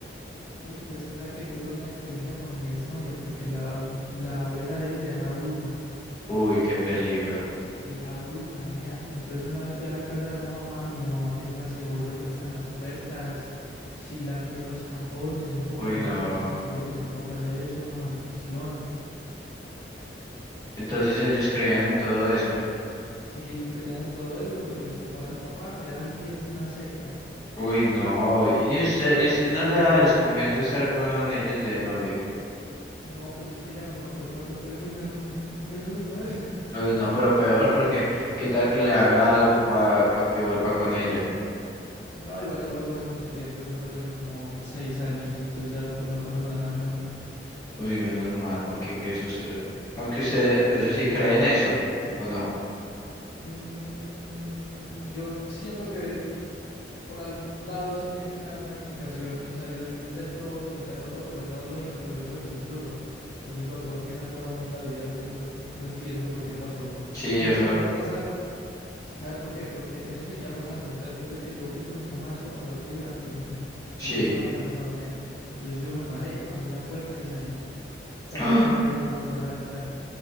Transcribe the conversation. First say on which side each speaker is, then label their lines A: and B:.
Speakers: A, on the left; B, on the left.
A: Uy, pues es que sabe que yo tuve una experiencia con mi exnovia porque la, la abuela de ella era bruja,
B: Uy, qué peligro.
A: era bruja, nea. Y entonces yo una vez fui a la casa de la mamá y la mamá tenía cebolla puesta en las puertas, cilantro en los cajones, un poco
B: Uy,
A: de
B: no.
A: vainas, dizque que que porque el papá le había hecho una maldición.
B: Entonces ellos creían en todo eso.
A: Sí, ellos creían en todo eso porque los papá, el papá era el líder de una secta.
B: Uy, no. ¿Y usted, y usted no le da desconfianza estar con ellos de novio?
A: No, pues es que ya me contó cuando terminamos. <laughs> Menos mal.
B: Uy, no, pero peor porque ¿qué tal que le haga algo para que vuelva con ella?
A: No, igual ya pasó hace mucho tiempo. Eso fue hace como seis años. Entonces ya pues no pasó nada, menos mal.
B: Uy, menos mal, porque qué susto. Aunque usted entonces sí cree en eso, ¿o no?
A: Mm, yo siento que por algún lado eso tiene que tener alguna explicación. O sea, yo, yo intento meterlo todo por el lado lógico, pero eso del susurro, eso es lo peor que me ha pasado a mí en la vida. Eso yo no, no entiendo por qué pasó.
B: Sí,
A: Y
B: eso,
A: eso dejó de pasar ¿Sabe por qué? Porque eso seguía pasando. O sea, después de que yo fui con mi mamá, eso al otro día, lo mismo.
B: sí.
A: Yo ya estaba cansado, nea. Entonces yo me paré, abrí la puerta y salí. Salí
B: ¡Ah!
A: a donde, a donde da la ventana.